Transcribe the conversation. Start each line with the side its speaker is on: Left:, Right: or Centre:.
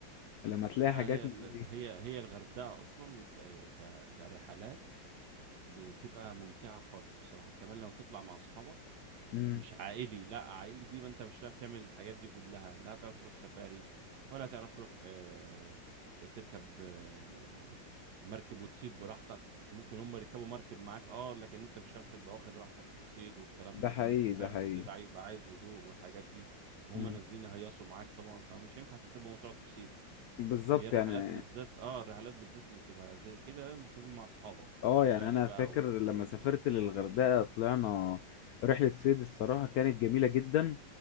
Left: لما تلاقي
Right: ده
Left: حاجات
Right: هي
Left: من
Right: ال- ال-
Left: دي
Right: هي هي الغردقه اصلا ك ك- كرحلات بتبقى ممتعه خالص بصراحه وكمان لو تطلع مع اصحابك
Left: امم
Right: مش عائلي لا عائلي دي ما انت مش هتعرف تعمل الحاجات دي كلها لا هتعرف تروح سفاري ولا هتعرف تروح آه، تركب آه، مركب وتصيد براحتك ممكن هم يركبوا مركب معاك اه لكن انت مش هتعرف تبقى واخد راحتك في الصيد والكلام
Left: ده
Right: ده
Left: حقيقي
Right: لان انت
Left: ده
Right: فاهم
Left: حقيقي
Right: الصيد عايز يبقى عايز هدوء والحاجات دي وهم
Left: مم.
Right: نازلين يهيصوا معاك طبعا فمش ينفع تسيبهم وتقعد تصيد
Left: بالظبط
Right: هي الرحلات
Left: يعني
Right: بالذات اه الرحلات بالذات اللي بتبقى زي كده لازم تكون مع اصحابك
Left: اه
Right: سفاري
Left: يعني انا
Right: بقى
Left: فاكر
Right: والحاجات
Left: لما سافرت
Right: دي
Left: للغردقة طلعنا رحلة صيد الصراحة كانت جميلة جدا